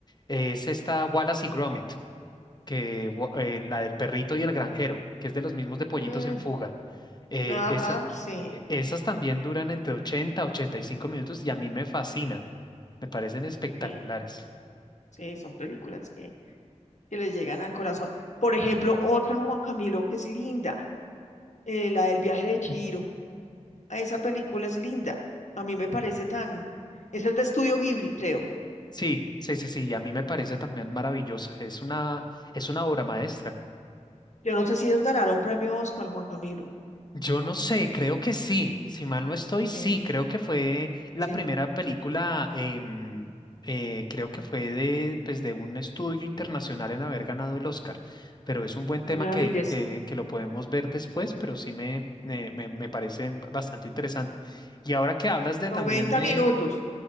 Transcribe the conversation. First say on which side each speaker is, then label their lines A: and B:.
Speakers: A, on the left (about 35°); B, on the left (about 75°).
A: Eh, es esta Wallace y Gromit, que, wa- eh, la del perrito y el granjero, que es de los mismos de Pollitos
B: Mm,
A: en Fuga. Eh,
B: ajá,
A: esa-
B: sí,
A: e- esas también duran entre 80 a 85 minutos y a mí me fascinan. Me parecen espectaculares.
B: sí, sí, son películas que, que les llegan al corazón. Por ejemplo, otra Juan Camilo que es linda, eh, la del viaje de Chihiro. Ah, Esa película es linda. A mí me parece tan... Esa es de Estudio Ghibli, creo.
A: Sí, sí, sí, sí, y a mí me parece también maravillosa. Es una, es una obra maestra.
B: Yo no sé si ellos ganaron premio Oscar, Juan Camilo.
A: Yo no sé, creo que sí, si mal no estoy, sí,
B: Sí,
A: creo que fue la
B: sí,
A: primera película, em, eh, creo que fue de, pues, de un estudio internacional en haber ganado el Oscar, pero es un buen tema
B: una
A: que,
B: belleza.
A: que, que lo podemos ver después, pero sí me, me, me me parece bastante interesante. Y ahora que hablas de también
B: 90
A: de,
B: minutos.